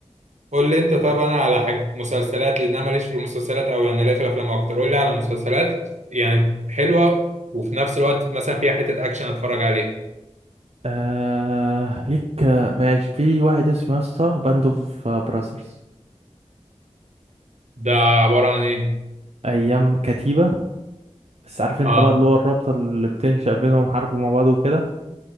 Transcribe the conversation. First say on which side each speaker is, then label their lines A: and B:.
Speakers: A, on the right; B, on the right.
A: قول لي انت طب انا على حاجه مسلسلات لان انا ماليش في المسلسلات او يعني لا في الافلام اكتر قول لي على مسلسلات يعني حلوه وفي نفس الوقت مثلا فيها حته اكشن اتفرج عليها
B: آه ليك آه، ماشي في واحد اسمه يا اسطى باند اوف براذرز
A: ده عباره عن ايه
B: ايام كتيبه بس عارف انت
A: اه
B: بقى اللي هو الرابطه اللي بتنشأ بينهم حرب مع بعض وكده